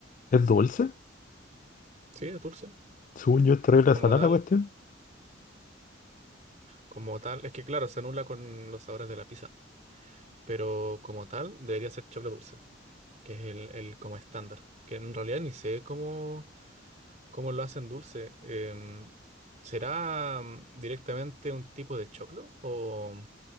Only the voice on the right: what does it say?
Sí, es dulce.
Como
tal,
como tal. Es que claro, se anula con los sabores de la pizza. Pero como tal, debería ser choclo dulce, que es el, el como estándar. Que en realidad ni sé cómo, cómo lo hacen dulce. Em, ¿será mm, directamente un tipo de choclo? ¿O,